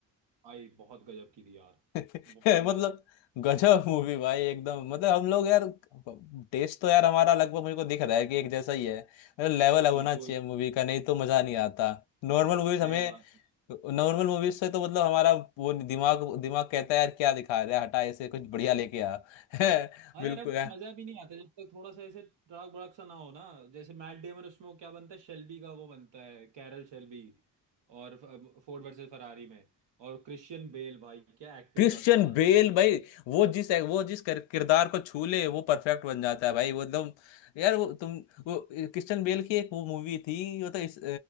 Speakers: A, on the right; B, on the left.
A: भाई बहुत गजब की थी यार
B: <laughs>
A: बहुत ही गजब
B: मतलब गजब मूवी भाई एकदम मतलब हम लोग यार टेस्ट तो यार हमारा लगभग मुझे को दिख रहा है कि एक जैसा ही है मतलब लेवल होना
A: बिल्कुल
B: चाहिए मूवी का नहीं तो मजा नहीं आता नॉर्मल मूवीज हमें
A: सही बात है।
B: नॉर्मल मूवीज से तो मतलब हमारा वो दिमाग दिमाग कहता है यार क्या दिखा रहा है हटा ऐसे कुछ बढ़िया लेके आ <laughs>
A: हाँ
B: बिल्कुल
A: यार अब वो मजा भी नहीं आता जब तक थोड़ा सा ऐसे ट्रक भड़क सा ना हो ना जैसे मैट डेमन उसमें वो क्या बनता है शेल्बी का वो बनता है कैरल शेल्बी और फोर्ड वर्सेस फरारी में और क्रिश्चियन बेल भाई क्या एक्टिंग
B: क्रिश्चियन
A: करता है भाई
B: बेल भाई वो जिस वो जिस कर, किरदार को छू ले वो परफेक्ट बन जाता है भाई वो एकदम यार वो तुम वो क्रिश्चियन बेल की एक वो मूवी थी वो तो इस